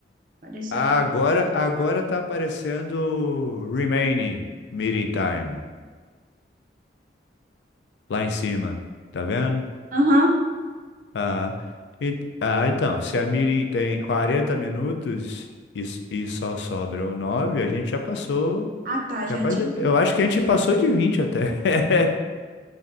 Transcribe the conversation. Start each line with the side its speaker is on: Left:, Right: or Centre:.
Right: Apareceu
Left: Ah,
Right: pra
Left: Agora,
Right: mim.
Left: agora tá aparecendo Remaining Meeting Time lá em cima, tá vendo?
Right: Aham.
Left: Ah, e- ah, então, se a meeting tem 40 minutos e, s- e só sobram 9, a gente já passou.
Right: Ah, tá,
Left: Capaz
Right: já tinha.
Left: de- eu acho que a gente passou de 20 até. <laughs>